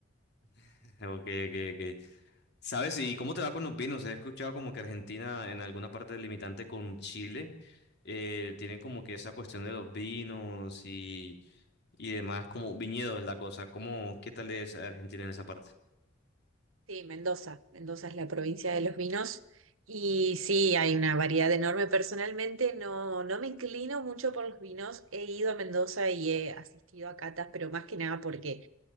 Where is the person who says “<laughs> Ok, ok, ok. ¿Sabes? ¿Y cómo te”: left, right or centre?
Left